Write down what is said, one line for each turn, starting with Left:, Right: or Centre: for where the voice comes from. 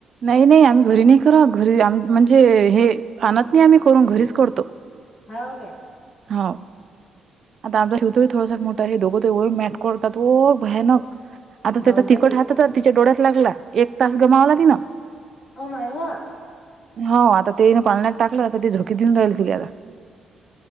Right: नाही नाही आम्ही घरी नाही करत घरी आम म्हणजे हे आणत नाही आम्ही करून घरीच करतो.
Left: हाव काय
Right: हाव आता आमचा शिव तो ही थोडासा मोठा आहे दोघं ते वळून मॅट करतात ओ भयानक. आता
Left: हाव
Right: त्याचा
Left: बाई
Right: तिखट हात आता तिच्या डोळ्यात लागला एक तास गमावला तिनं.
Left: होम हाय वं.
Right: हो आता ते ना पाळण्यात टाकलं आता ती झोके देऊन राहिली तिले आता.